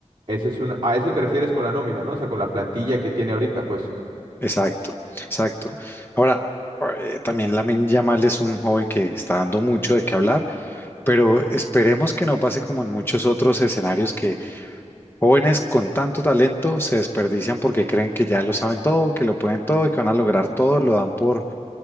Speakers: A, on the right (about 40°); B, on the left (about 15°).
A: ese es un, a eso te refieres con la nómina, ¿no? O sea, con la plantilla que tiene ahorita, pues.
B: exacto, exacto. Ahora, eh, también Lamine Yamal es un joven que está dando mucho de qué hablar, pero esperemos que no pase como en muchos otros escenarios que jóvenes con tanto talento se desperdician porque creen que ya lo saben todo, que lo pueden todo y que van a lograr todo, lo dan por